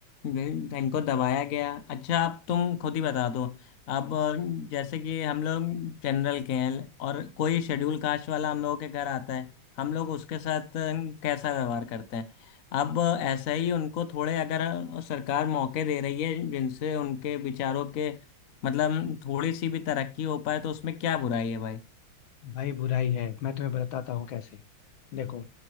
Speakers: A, on the left (about 55°); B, on the left (about 70°).
A: वे- इनको दबाया गया अच्छा अब तुम खुद ही बता दो अब अ, जैसे कि हम लोग जनरल के हैं और कोई शेड्यूल कास्ट वाला हम लोगों के घर आता है हम लोग उसके साथ अ, कैसा व्यवहार करते हैं अब ऐसा ही उनको थोड़े अगर सरकार मौके दे रही है जिनसे उनके विचारों के मतलब थोड़ी सी भी तरक्की हो पाए तो उसमें क्या बुराई है भाई
B: भाई बुराई है मैं तुम्हें बताता हूँ कैसे देखो